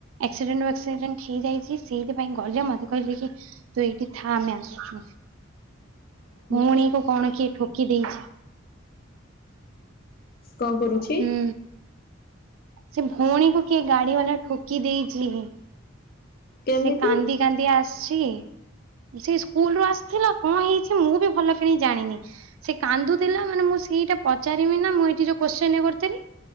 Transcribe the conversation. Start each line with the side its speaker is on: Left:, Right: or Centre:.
Right: ଆକ୍ସିଡେଣ୍ଟ ୱାକ୍ସିଡେଣ୍ଟ ହେଇଯାଇଚି ସେଇଥିପାଇଁ ଗଲେ ମତେ କହିଲେ କି ତୁ ଏଇଠି ଥା ଆମେ ଆସ୍‌ଚୁ।
Left: ହ
Right: ଭୋଉଣୀକୁ କଣ କିଏ ଠୋକି ଦେଇଛି?
Left: କଁ କରୁଛି?
Right: ହୁଁ। ସେ ଭଉଣୀକୁ କିଏ ଗାଡି ବାଲା ଠୋକି ଦେଇଚି
Left: କେମିତି
Right: ସେ କାନ୍ଦି କାନ୍ଦି ଆସ୍‌ଛି। ସେଇ ସ୍କୁଲ ରୁ ଆସ୍‌ଥିଲା କଁ ହେଇଛି ମୁଁ ବି ଭଲକିରି ଜାଣିନି। ସେ କାନ୍ଦୁଥିଲା ମାନେ ମୁଁ ସେଇଟା ପଚାରିମି ନା ମୁଁ ଏଇଠି ଯୋଉ କୋଶ୍ଚିନି କରୁଥିଲି